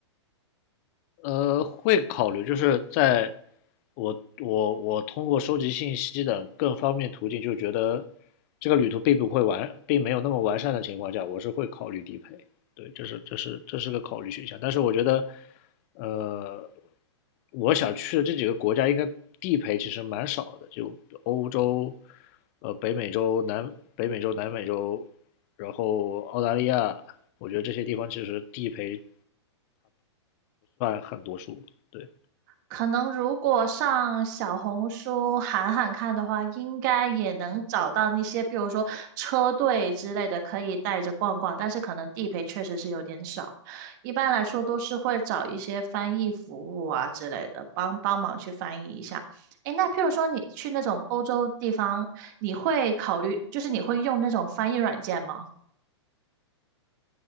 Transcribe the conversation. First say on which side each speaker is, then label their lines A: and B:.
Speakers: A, on the left (about 35°); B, on the right (about 40°).
A: 呃，会考虑，就是在我我我通过收集信息的更方便途径，就觉得这个旅途并不会完，并没有那么完善的情况下，我是会考虑地陪。对，这是这是这是个考虑选项。但是我觉得，呃，我想去的这几个国家应该地陪其实蛮少的，就欧洲、呃北美洲、南北美洲、南美洲，然后澳大利亚，我觉得这些地方其实地陪很多数。对，
B: 可能如果上小红书喊喊看的话，应该也能找到那些，譬如说车队之类的，可以带着逛逛。但是可能地陪确实是有点少，一般来说都是会找一些翻译服务啊之类的，帮帮忙去翻译一下。诶，那譬如说你去那种欧洲地方，你会考虑，就是你会用那种翻译软件吗？